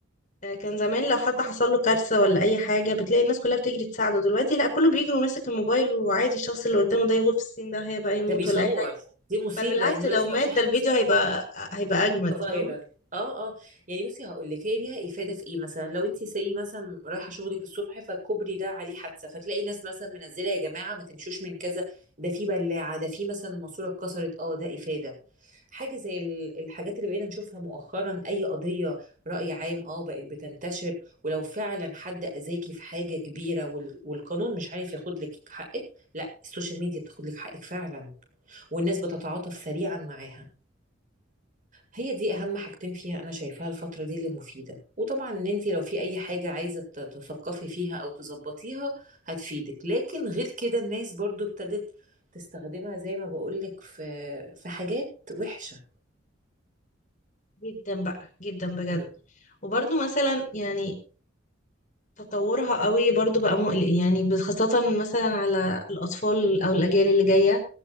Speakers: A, on the left; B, on the right.
A: آه، كان زمان لو حد حصل له كارثة ولا اي حاجة بتلاقي الناس كلها بتجري تساعده دلوقتي لا كله بيجري وماسك الموبايل وعادي الشخص اللي قدامه ده يغور في السن ده هي بقى يموت
B: ده بيصور
A: ولا اي حاجة
B: دي مصيبه
A: بل بالعكس
B: يعني دلوقتي
A: لو مات
B: لو في حادثه
A: ده الفيديو هيبقى هيبقى اجمد
B: فايرال
A: فاهمة
B: اه اه يعني بصي هقول لك هي ليها افاده في ايه مثلا لو انت سي مثلا رايحه شغلك الصبح فالكوبري ده عليه حادثه فتلاقي ناس مثلا منزله يا جماعه ما تمشوش من كذا ده في بلاعه ده في مثلا الماسوره اتكسرت اه ده افاده حاجه زي ال- الحاجات اللي بقينا نشوفها مؤخرا اي قضيه راي عام اه بقت بتنتشر ولو فعلا حد اذاكي في حاجه كبيره وال- والقانون مش عارف ياخد لك حقك لا السوشيال ميديا بتاخد لك حقك فعلا والناس بتتعاطف سريعا معاها هي دي اهم حاجتين فيها انا شايفاها الفتره دي اللي مفيده وطبعا ان انت لو في اي حاجه عايزه ت- تثقفي فيها او تظبطيها هتفيدك لكن غير كده الناس برضو ابتدت تستخدمها زي ما بقولك في في حاجات وحشه
A: جدا بقى جدا بجد
B: مم.
A: وبرضو مثلا يعني تطورها قوي برضو بقى مقلق يعني ب- خاصة مثلا على الأطفال أو الأجيال اللي جاية